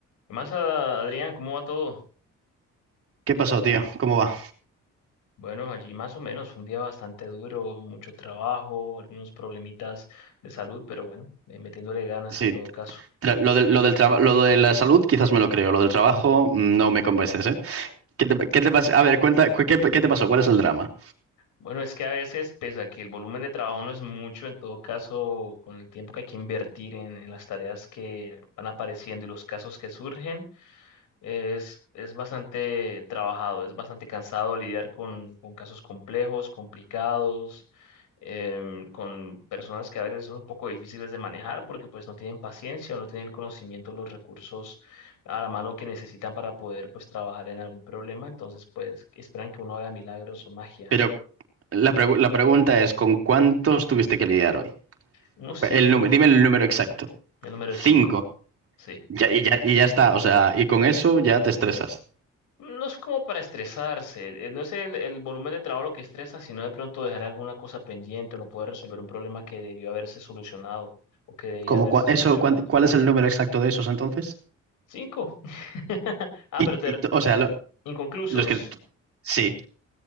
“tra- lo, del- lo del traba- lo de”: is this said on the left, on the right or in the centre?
Right